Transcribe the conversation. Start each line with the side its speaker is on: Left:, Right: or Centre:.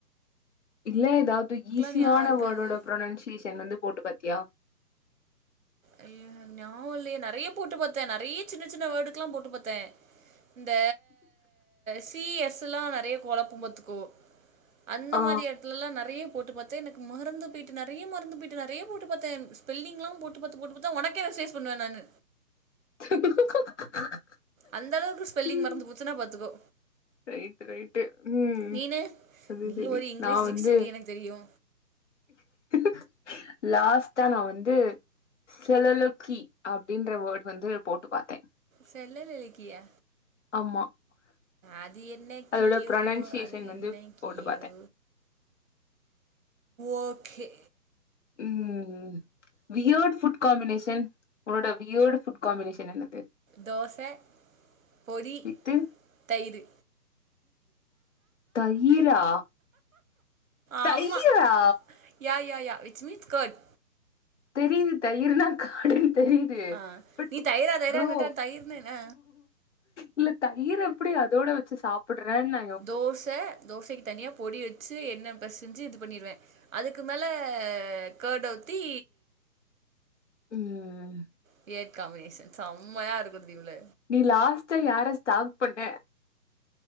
Left: இல்ல எதாது ஈஸியான
Right: ஞாபகம் இருக்காது
Left: வேர்டோட புரொனன்சேஷன் வந்து போட்டு பாத்தியா
Right: அய்யோ எனக் ஞாவோ இல்லயே நறைய போட்டு பாத்தே நறைய சின்ன சின்ன வேர்டுக்குலா போட்டு பாத்தே இந்த சி எஸ்சுல்லா நெறைய கொழப்பு பாத்துக்கோ அந்த
Left: ஆ.
Right: மரி எடத்துலலா நறைய போட்டு பாத் எனக்கு மறந்து பேட்டு நறைய மறந்து பேட்டு நறைய போட்டு பாத்தே ஸ்பெல்லிங்லா போட்டு போட்டு பாத் போட் பாத்து தா ஒனக்கே மெசேஸ் பண்ணுவ நானு
Left: <inaudible>
Right: அந்தளவுக்கு ஸ்பெல்லிங்
Left: ம்.
Right: மறந்து போச்சுன்னா பாத்துக்கோ
Left: ரைட் ரைட்டு ம்
Right: நீனு
Left: அது
Right: நீ
Left: சரி
Right: ஒரு இங்கிலீஷ்
Left: நா
Right: டிக்ஷனரி
Left: வந்து
Right: எனக்கு தெரியு
Left: <inaudible> லாஸ்ட் தா நா வந்து செலலோக்கி அப்டின்ற வேர்ட் வந்து போட்டு பாத்தே
Right: செல்லலலிக்கியா
Left: ஆமா.
Right: அது என்ன
Left: அதோட
Right: கீயோ
Left: ப்ரொனன்சியேஷன்
Right: அது
Left: வந்து
Right: என்ன கீயோ
Left: போட்டு பாத்தேன்.
Right: ஓகே
Left: ம் வியோட் ஃபுட் காமினேஷன் உன்னோட வியர்டு ஃபுட் காம்பினேஷன் என்னது
Right: தோச பொடி
Left: வித்து
Right: தயிரு
Left: தயிரா தயிரா
Right: ஆமா yeah yeah yeah which means curd
Left: தெரியுது தயிருனா கார்டுன்னு தெரியுது
Right: ஆ
Left: <inaudible> பட்
Right: நீ தயிரா தயிரான்னுட்ட
Left: ப்ரோ
Right: தயிர்னா என்ன
Left: இல்ல தயிர் எப்டி அதோட வச்சு சாப்புர்றன்ன
Right: தோச தோசைக்கு தனியா பொடி வச்சு எண்ணெ பேசெஞ்சு இது பண்ணிருவே அதுக்கு மேல கெர்ட் ஊத்தி
Left: ம்
Right: கிரேட் காமினேஷன் செம்மையா இருக்கு தெரிம்ல
Left: நீ லாஸ்டா யார ஸ்டாக் பண்ண